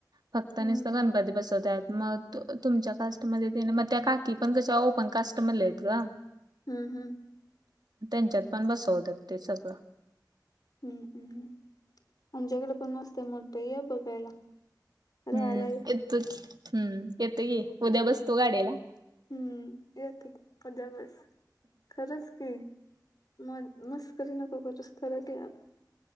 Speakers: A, on the right; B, on the left.
A: फक्त
B: हम्म
A: नुसतं बसवत्यात, मग तुमच्या कास्टमध्ये ते मग त्या का की पण कश्या ओपण कास्टमधलेत ग.
B: हम्म हम्म.
A: त्यांच्यात पण बसवतात ते सगळं.
B: हम्म हम्, आमच्याकडे पण असतंय मोठं ये बघायला. राहायला
A: हम्म
B: ये.
A: येतो की, हम्म येतो की उद्या बसतो गाडीला.
B: हम्म येतत उद्या बस खरंच की. म मस्करी नको करूस खरचं यं.